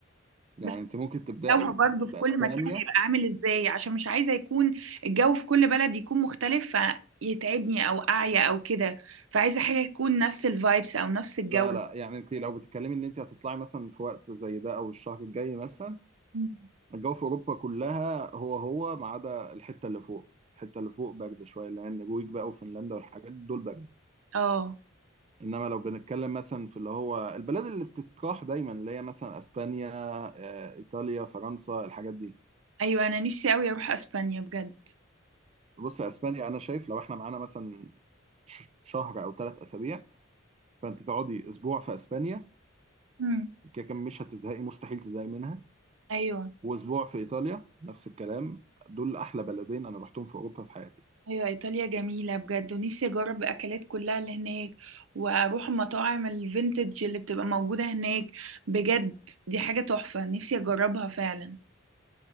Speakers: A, on the right (about 30°); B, on the right (about 85°).
A: يعني
B: بس
A: انت ممكن تبدأي
B: الجو برضه
A: باسبانيا
B: في كل مكان هيبقى عامل ازاي عشان مش عايزه يكون الجو في كل بلد يكون مختلف فيتعبني او اعيا او كده فعايزه حاجه تكون نفس الفايبس او نفس الجو
A: لا لا يعني انت لو بتتكلمي ان انت هتطلعي مثلا في وقت زي ده او الشهر الجاي مثلا
B: مم.
A: الجو في اوروبا كلها هو هو ما عدا الحته اللي فوق الحته اللي فوق برد شويه لان النرويج بقى وفنلندا والحاجات دول برد
B: اه
A: انما لو بنتكلم مثلا في اللي هو البلاد اللي بتتراح دايما اللي هي مثلا اسبانيا آه، ايطاليا فرنسا الحاجات دي
B: ايوه انا نفسي قوي اروح اسبانيا بجد
A: بص يا اسبانيا انا شايف لو احنا معانا مثلا ش- شهر او ثلاث اسابيع فانت تقعدي اسبوع في اسبانيا
B: مم.
A: كده كده مش هتزهقي مستحيل تزهقي منها
B: ايوه
A: واسبوع في ايطاليا نفس الكلام دول احلى بلدين انا رحتهم في اوروبا في حياتي
B: ايوه ايطاليا جميله بجد ونفسي اجرب الاكلات كلها اللي هناك واروح المطاعم الفينتج اللي بتبقى موجوده هناك بجد دي حاجه تحفه نفسي اجربها فعلا